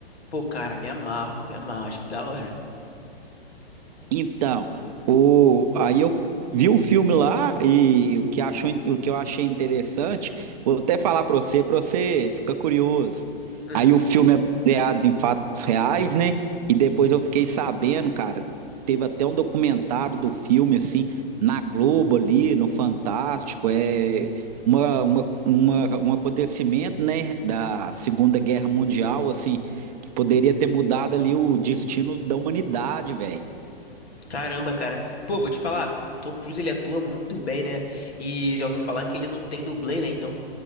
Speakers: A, on the left; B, on the right.
A: Pô, cara, me amarro, me amarro, acho que da hora.
B: Então, o, aí eu vi o filme lá e o que achou, o que eu achei interessante, vou até falar para você, para você ficar curioso.
A: Hum.
B: Aí o filme é baseado em fatos reais, né? E depois eu fiquei sabendo, cara, teve até um documentário do filme, assim, na Globo ali, no Fantástico, é uma, uma, uma, um acontecimento, né, da Segunda Guerra Mundial, assim, que poderia ter mudado ali o destino da humanidade, velho.
A: Caramba, cara. Pô, vou te falar, o Tom Cruise ele atua muito bem, né? E já ouvi falar que ele não tem dublê, né? Então